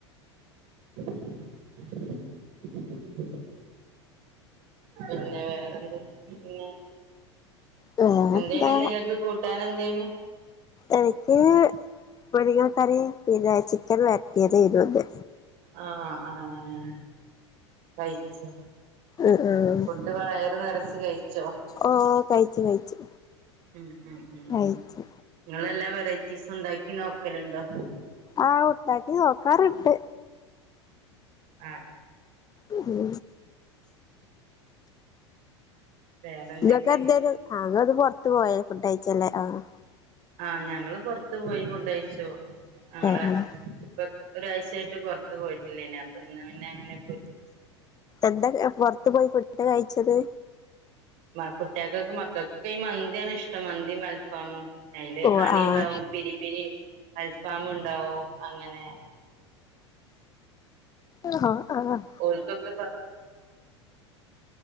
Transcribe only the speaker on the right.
<inaudible> <inaudible> പിന്നെ വേറെന്ത്? പിന്നെ.
എന്തേനു ന്ന് നിങ്ങൾക്ക് കൂട്ടാന് എന്തേനു.
ആഹ്! ആഹ്! കഴിച്ചോ?
ഫുഡ്ഡ് വയറ് നിറച്ച് കഴിച്ചോ?
ഉം ഉം ഉം
ഉം നിങ്ങളെല്ലാ വെറൈറ്റീസും ഉണ്ടാക്കി നോക്കലുണ്ടോ?
ആഹ്!
വേറെന്തൊക്കെയാ
പിന്നെ
ആഹ്! ഞങ്ങള് പുറത്ത് പോയി ഫുഡ് കഴിച്ചു. ഞങ്ങളെ
ഇപ്പോ ഒരാഴ്ചയായിട്ട് പുറത്ത് പോയിട്ടില്ലേനി. അപ്പോ ഇന്ന് പിന്നങ്ങനെ
മ കുട്ട്യാക്കൊക്കെ മക്കക്കൊക്കെ ഈ മന്തിയാണ് ഇഷ്ടം, മന്തിം അൽഫാമും. അയില്
ഹണി
ണ്ടാവും പിരി പിരി അൽഫാം ണ്ടാവും അങ്ങനെ.
ഓൽക്കൊക്കപ്പം